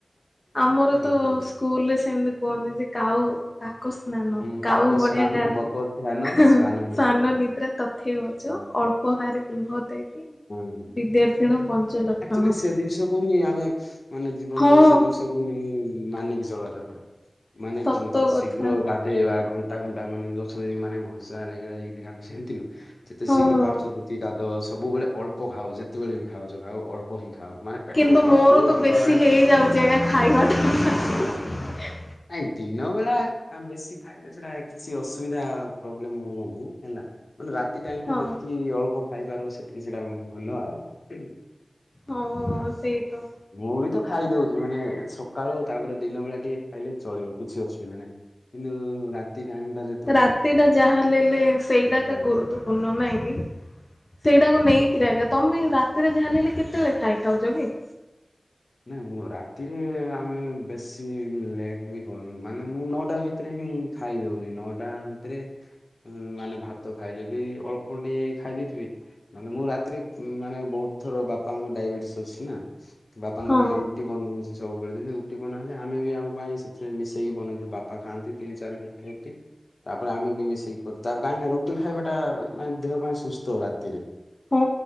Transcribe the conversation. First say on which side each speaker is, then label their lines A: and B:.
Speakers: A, on the left; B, on the left.
A: ଆମର ତ
B: ଉଠିପଡେ।
A: ସ୍କୁଲ ରେ ସେମିତି କୁହନ୍ତି, ଯେ କାଉ କାକ ସ୍ନାନ
B: ହୁଁ
A: କାଉ
B: କାକ
A: ଭଳିଆ
B: ସ୍ନାନ
A: ଗା ହେ-ହେ
B: ବକ ଧ୍ୟାନ ଶ୍ଵାନ
A: ସ୍ୱାନ ନିଦ୍ରା ତଥେଇ ବଚ
B: ହୁଁ।
A: ଅଳ୍ପ ଉପହାର ଗୃହ ଦେଇକି
B: ହୁଁ।
A: ବିଦ୍ୟାର୍ଥୀଣ ପଞ୍ଚ ଲକ୍ଷଣ।
B: ଆକ୍ଚୁଆଲି ସେ ଜିନିଷକୁ ହିଁ ଆମେ ମାନେ ଜୀବନରେ
A: ହଁ
B: ସେ ଜିନିଷକୁ ହ ମାନିକି ଚଳବା ଦରକାର। ମାନେ
A: ସତ କଥା
B: ଶୀଘ୍ର ଗା ଗାଧେଇବା ଘଣ୍ଟା ଘଣ୍ଟା ମାନେ ଅଛନ୍ତି। ମାନେ ଘଷାିଘା ତ ସେମିତି ଯେତେ
A: ହଁ।
B: ଶୀଘ୍ର ପାରୁଛ ଯେତିକି ଗାଦଅ। ସବୁବେଳେ ଅଳ୍ପ ଖାଉ ଯେତେବେଳେ ହିଁ ଖାଉଛ ଖାଉ ଅଳ୍ପ ହିଁ ଖାଉ। ମାନେ ପେଟ
A: କିନ୍ତୁ
B: ପୁରା
A: ମୋର
B: ଫୁଲ
A: ତ
B: ହବା
A: ବେଶୀ
B: ଯାଏ
A: ହେଇଯାଉଛି ଆଜ୍ଞା ଖାଇବା ଟା।
B: ନାଇଁ ଦିନ ବେଳା ବେଶୀ ଖାଇଲେ ସେଟା କିଛି ଅସୁବିଧା ପ୍ରୋବ୍ଲେମ ହବନି। ହେଲା ମାନେ ରାତି ଟାଇମ
A: ହଁ।
B: କୁ ଯେତିକି ଅଳ୍ପ ଖାଇପାରିବ ସେତିକି ସେଇଟା ଭଲ ଆଉ।
A: ହଁ
B: ହେଲା।
A: ସେଇ ତ।
B: ମୁଁ ବି ତ ଖାଇଦଉଛି ମାନେ ସକାଳୁ ତାପରେ ଦିନ ବେଳେ ଟିକେ ଖାଇଲେ ଚଳିବ କିଛି ଅସୁବିଧା ନାହିଁ। କିନ୍ତୁ ରାତି ଟାଇମ ଟା ଜେ
A: ରାତି ଟା ଯାହା ହେଲେ ସେଇଟାକା
B: ଖାଇବ।
A: ଗୁରୁତ୍ୱପୂର୍ଣ୍ଣ ନାଇଁ କି? ସେଇଟାକୁ ନେଇକିରି
B: ହଁ
A: ଆଜ୍ଞା। ତମେ ରାତିରେ ଜାଲ ହେଲେ କେତେବେଳେ ଖାଇଥାଉଛ କି?
B: ନାଇଁ ମୁଁ ରାତିରେ ଆମେ ବେଶୀ ଲେଟ୍ ବି କରୁନୁ। ମାନେ ମୁଁ ନଅଟା ଭିତ ଭିତରେ ହିଁ ଖାଇଦଉଛି ନଅଟା ଭିତରେ। ମାନେ ଭାତ ଖାଇଲେ ବି ଅଳ୍ପ ଟେ ଖାଇ ଦେଇେଇଥିବି। ନହଲେ ମୁଁ ରାତିରେ ମାନେ ବହୁତ ଥର ବାପାଙ୍କୁ ଡାଇବେଟିସ୍ ଅଛି ନା। ତାଙ୍କ
A: ହଁ
B: ପାଇଁ ରୁଟି ବନି ହଉଛି। ସବୁବେଳେ ଯେମିତି ରୁଟି ବନ ହେେଲେ ଆମେ ବି ଆମ ପାଇଁ ସେଥି ମିଶେଇକି ବନଉଛୁ ବାପା ଖାଆନ୍ତି ତିନି ଚାରି ପଟି ରଟି। ତାପରେ ଆମେ ବି ମିଶେଇକି ତାରେ କାହିଁକି ନା ରୋଟି ଖାଇବାଟା ମ ଦେହ ପାଇଁ ସୁସ୍ଥ ରାତିରେ।
A: ହଁ